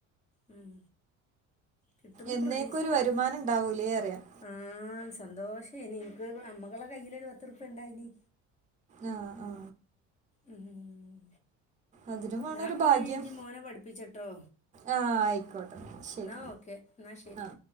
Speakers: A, on the left; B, on the right.
A: ഉം കിട്ടുന്നു
B: എന്നേക്കും
A: പ്രതീക്ഷിക്ക
B: ഒരു വരുമാനം ഉണ്ടാവൂലേ അറിയാം
A: ആഹ സന്തോഷനി ഒരു ഞമ്മകടെ കയ്ൽ ഒരു പത്ത് പത്ത് റുപിക ഉണ്ടായി ഇനി
B: ആ ആ
A: ഉം
B: അതിനും വേണം
A: ഞാ
B: ഒരു
A: പിന്നെ
B: ഭാഗ്യം
A: ഇജ് മോനെ പഠിപ്പിച്ചിട്ടോ
B: ആ ആയിക്കോട്ടെ ശരി
A: എന്ന ഓക്കെ എന്ന ശരി
B: ആ